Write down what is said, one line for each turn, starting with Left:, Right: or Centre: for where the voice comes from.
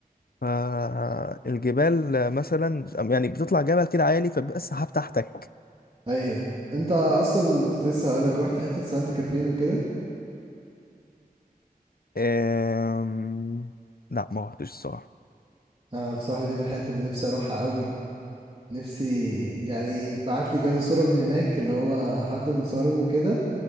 Left: فالجبال مثلا يعني بتطلع جبل كده عالي فبيبقى السحاب تحتك
Right: ايوه انت اصلا كنت لسه هقول لك رحت حتة سانت كاترين وكده
Left: أم... لا ما رحتش الصراحه
Right: اه بصراحة دي من الحتت اللي نفسي اروحها قوي نفسي يعني بعت لي كذا صورة من هناك اللي هو حد من صورهم وكده